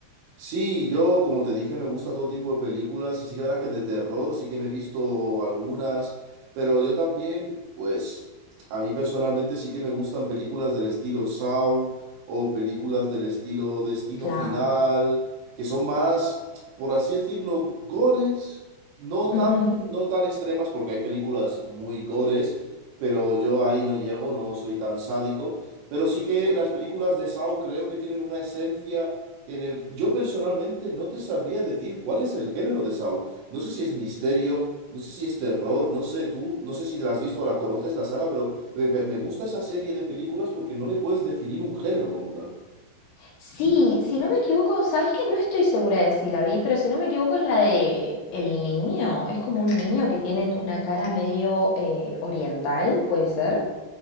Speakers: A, on the right; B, on the left.
A: Sí, yo, como te dije, me gusta todo tipo de películas y sí que verás que de terror sí que me he visto algunas, pero yo también, pues, a mí personalmente sí que me gustan películas del estilo Saw o películas del estilo Destino
B: Claro.
A: Final, que son más, por así decirlo, gores, no
B: Ujú.
A: tan, no tan extremas, porque hay películas muy gores, pero yo ahí no llego, no soy tan sádico, pero sí que las películas de Saw creo que tienen una esencia en el, yo personalmente no te sabría decir cuál es el género de Saw. No sé si es misterio, no sé si es terror, no sé, tú, no sé si la has visto o la conoces la saga, pero me, me- me gusta esa serie de películas porque no le puedes definir un género como tal.
B: Sí, si no me equivoco, sabes que no estoy segura de si la vi, pero si no me equivoco es la de el niño. Es como un niño que tiene una cara medio eh, oriental, puede ser,